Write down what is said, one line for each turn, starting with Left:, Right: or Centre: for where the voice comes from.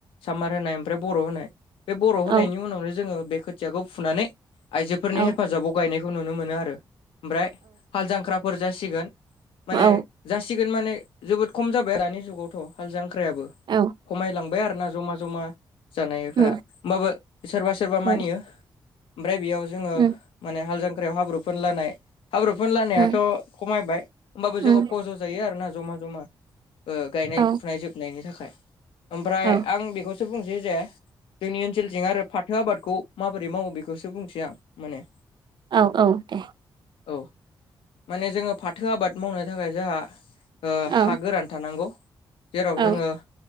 Left: सामार होनाय ओमफ्राय बर' होनाय बे बर' होनायनि
Right: औ
Left: उनावनो जोंङो बेखौ खोथियाखौ फुनानै आइजोफोरनि
Right: औ
Left: हेफाजाबाव गायनायखौ नुनो मोनो आरो ओमफ्राय हाल जांख्रा हरजासिगोन माने
Right: औ
Left: जासिगोन माने जोबोद खम जाबाय दानि जुगावथ' हाल जांख्रायाबो।
Right: औ
Left: खमायलांबाय आरोना जमा जमा जानायफोरा
Right: उम
Left: होमबाबो सोरबा सोरबा
Right: औ
Left: मानियो ओमफ्राय बेयाव जोंङो
Right: उम
Left: माने हाल जांख्रायाव हाब्रु फोनलानाय हाब्रुफोर लानायाथ'
Right: उम
Left: खमायबाय होमबाबो
Right: उम
Left: जोङो
Right: उम
Left: फज' जायो आरोना जमा जमा गायनाय
Right: औ
Left: फुनाय जोबनायनि थाखाय ओमफ्राय
Right: औ
Left: आं बेखौसो बुंसै जे जोंनि ओनसोलजों आरो फाथो आबादखौ माबोरै मावो बेखौसो बुंसै आं माने
Right: औ औ दे
Left: औ माने जोङो फाथो आबाद मावनो थाखाय जोंहा ओ
Right: औ
Left: हा गोरान थानांगौ जेराव
Right: औ
Left: जोङो